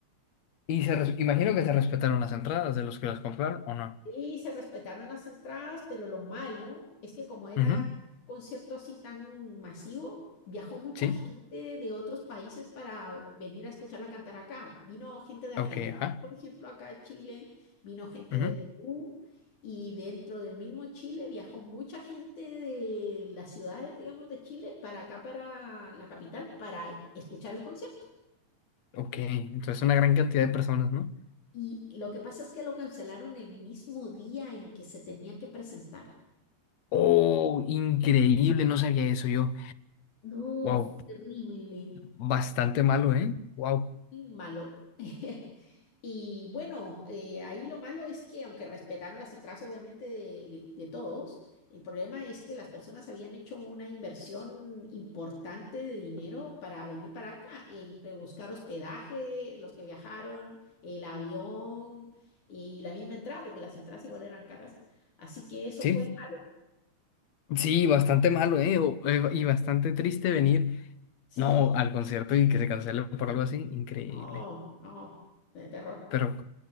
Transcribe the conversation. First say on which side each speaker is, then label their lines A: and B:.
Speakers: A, on the left; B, on the left.
A: Y se res- imagino que se respetaron las entradas de los que las compraron, ¿o no?
B: Sí, se respetaron las entradas, pero lo malo es que como era
A: Ujú,
B: un concierto así tan masivo, viajó mucha
A: Sí,
B: gente de otros países para venir a escucharla cantar acá. Vino gente de Argentina,
A: ok, ajá.
B: por ejemplo, acá a Chile, vino gente
A: Ujú.
B: de Perú y dentro del mismo Chile viajó mucha gente de las ciudades, digamos, de Chile para acá, para la capital, para escuchar el concierto.
A: Ok, entonces una gran cantidad de personas, ¿no?
B: Y lo que pasa es que lo cancelaron el mismo día en que se tenía que presentar.
A: Oh, increíble, no sabía eso yo.
B: No,
A: Wow,
B: fue terrible,
A: bastante malo, ¿eh? Wow,
B: muy malo. <laughs> Y bueno, eh, ahí lo malo es que aunque respetaron las entradas obviamente de, de todos, el problema es que las personas habían hecho una inversión importante de dinero para venir para acá, entre buscar hospedaje, los que viajaron, el avión y la misma entrada, porque las entradas igual eran caras. Así que eso
A: sí,
B: fue malo.
A: sí, bastante malo, ¿eh? O- eh, y bastante triste venir,
B: Sí,
A: no, al concierto y que se cancele por algo así, increíble.
B: no, no, de terror.
A: Pero